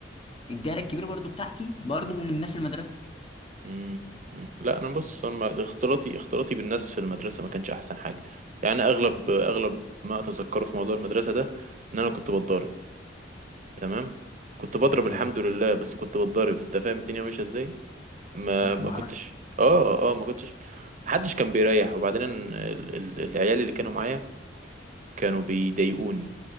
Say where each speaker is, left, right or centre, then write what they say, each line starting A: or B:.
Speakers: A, on the left; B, on the right.
A: الدايرة الكبيرة برضو بتاعتي برضو من ناس المدرسة
B: مم. مم. لا انا بص انا ما- اختلاطي اختلاطي بالناس في المدرسة ما كانش احسن حاجة يعني اغلب اغلب ما اتذكره في موضوع المدرسة ده ان انا كنت بتضارب تمام كنت بضرب
A: يا ساتر
B: الحمد
A: يا رب
B: لله بس كنت بتضرب انت فاهم الدنيا ماشية ازاي ما
A: انت كنت
B: ما
A: معركة
B: كنتش اه اه آه، ما كنتش محدش كان بيريح وبعدين ال... ال... العيال اللي كانوا معايا كانوا بيضايقوني